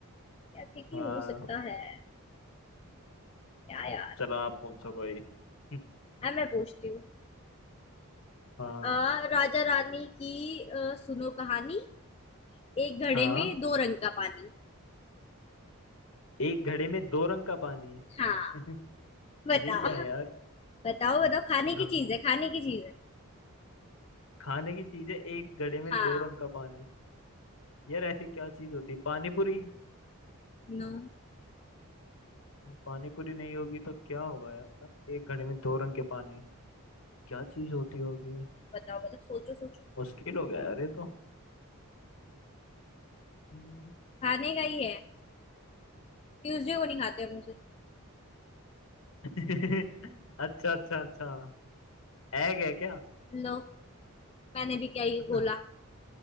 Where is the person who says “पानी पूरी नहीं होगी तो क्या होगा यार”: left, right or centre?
Left